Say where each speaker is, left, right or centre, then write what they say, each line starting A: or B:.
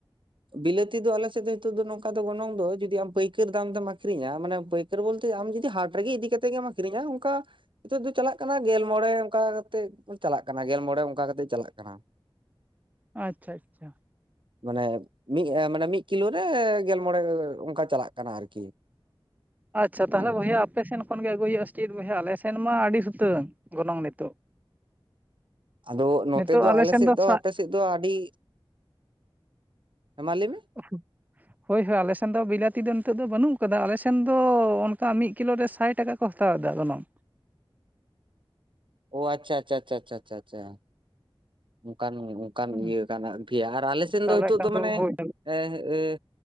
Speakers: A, on the right; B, on the right.
A: ᱵᱤᱞᱟᱹᱛᱤ ᱫᱚ ᱟᱞᱮ ᱥᱮᱫ ᱫᱚ ᱱᱤᱛᱚᱜ ᱫᱚ ᱱᱚᱝᱠᱟ ᱫᱚ ᱜᱚᱱᱚᱝ ᱫᱚ ᱡᱩᱫᱤ ᱟᱢ ᱯᱟᱹᱭᱠᱟᱹᱨ ᱫᱟᱢ ᱛᱮᱢ ᱟᱹᱷᱨᱤᱧᱟ ᱢᱟᱱᱮ ᱯᱟᱭ ᱵᱚᱞᱛᱮ ᱟᱢ ᱡᱩᱫᱤ ᱦᱟᱴ ᱨᱮᱜᱮ ᱤᱫᱤ ᱠᱟᱛᱮᱜ ᱜᱮᱢ ᱟᱹᱠᱷᱤᱧᱟ ᱚᱱᱠᱟ ᱱᱤᱛᱚᱜ ᱫᱚ ᱪᱟᱞᱟᱜ ᱠᱟᱱᱟ ᱜᱮᱞ ᱢᱚᱬᱮ ᱚᱱᱠᱟ ᱠᱟᱛᱮᱫ ᱠᱩ ᱪᱟᱞᱟᱜ ᱠᱟᱱᱟ ᱜᱮᱞ ᱢᱚᱬᱮ ᱚᱱᱠᱟ ᱠᱟᱛᱮᱜ ᱪᱟᱞᱟᱜ ᱠᱟᱱᱟ
B: ᱟᱪᱪᱷᱟ ᱟᱪᱪᱷᱟ
A: ᱢᱟᱱᱮ ᱢᱤᱫ ᱮ ᱢᱟᱱᱮ ᱢᱤᱫ ᱠᱤᱞᱳ ᱨᱮ ᱜᱮᱞ ᱢᱚᱬᱮ ᱚᱱᱠᱟ ᱪᱟᱞᱟᱜ ᱠᱟᱱᱟ ᱟᱨᱠᱤ
B: ᱟᱪᱪᱷᱟ ᱛᱟᱦᱚᱞᱮ
A: ᱦᱮᱸ
B: ᱵᱚᱭᱦᱟ ᱟᱯᱮᱥᱮᱫ ᱠᱷᱚᱱᱜᱮ ᱟᱹᱜᱩᱭ ᱦᱩᱭᱩᱜᱼᱟ ᱥᱮ ᱪᱮᱫ ᱵᱚᱭᱦᱟ ᱟᱞᱮᱥᱱ ᱢᱟ ᱟᱹᱰᱤ ᱥᱩᱛᱟᱹᱝ ᱜᱚᱱᱚᱝ ᱱᱤᱛᱳᱜ
A: ᱟᱫᱚ ᱱᱚᱛᱮ
B: ᱱᱤᱛᱚᱜ
A: ᱫᱚ
B: ᱟᱞᱮ
A: ᱟᱞᱮᱥᱮᱫ
B: ᱥᱮᱱ
A: ᱫᱚ
B: ᱥᱟᱜ
A: ᱟᱯᱮᱥᱮᱫ ᱫᱚ ᱟᱹᱰᱤ ᱦᱮ ᱢᱟ ᱞᱟᱹᱭ ᱢᱮ
B: <inaudible> ᱦᱳᱭ ᱦᱳᱭ ᱟᱞᱮᱥᱮᱱ ᱫᱚ ᱵᱤᱞᱟᱹᱛᱤ ᱫᱚ ᱱᱤᱛᱚᱜ ᱫᱚ ᱵᱟᱹᱱᱩᱜ ᱠᱟᱫᱟ ᱟᱞᱮᱥᱮᱱ ᱫᱚ ᱚᱱᱠᱟ ᱢᱤᱫ ᱠᱤᱞᱳ ᱨᱮ ᱥᱟᱭ ᱴᱟᱠᱟ ᱠᱚ ᱦᱟᱛᱟᱣ ᱫᱟ ᱜᱚᱱᱚᱢ
A: ᱚ ᱟᱪᱷᱟ ᱟᱪᱷᱟ ᱪᱷᱟ ᱪᱷᱟ ᱪᱷᱟ ᱪᱷᱟ ᱚᱱᱠᱟᱱ ᱚᱱᱠᱟᱱ
B: ᱦᱩᱸ
A: ᱤᱭᱟᱹ ᱠᱟᱱᱟ ᱯᱷᱤᱨ ᱟᱨ ᱟᱞᱮ ᱥᱮᱱ
B: ᱛᱟᱦᱚᱞᱮ
A: ᱫᱚ ᱱᱤᱛᱚᱜ
B: ᱠᱷᱟᱱ
A: ᱫᱚ ᱢᱟᱱᱮ
B: ᱦᱳᱭ
A: ᱮ ᱮ